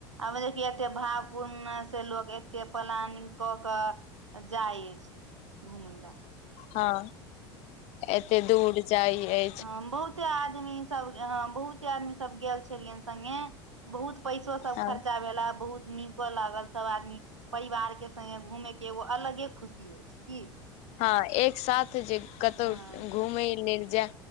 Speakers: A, on the right (about 85°); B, on the left (about 45°).
A: आब देखिय एते भावपूर्ण से लोकग एते प्लानिंग कऽ कऽ आ जाइ अछि घुमै लए
B: हँ एते दूर जाइयै
A: हं बहुते आदमी सब हं बहुत बहुते आदमी सब गेल छलियनि संगे बहुत पैसो सब
B: हँ
A: खर्चा भेला बहुत नीक लागल सब आदमी परिवार के संगे घूमे के एगो अलगे खुशी होइ छै की
B: हँ एक साथ जे कतौ
A: हँ
B: घूमैय लेल जे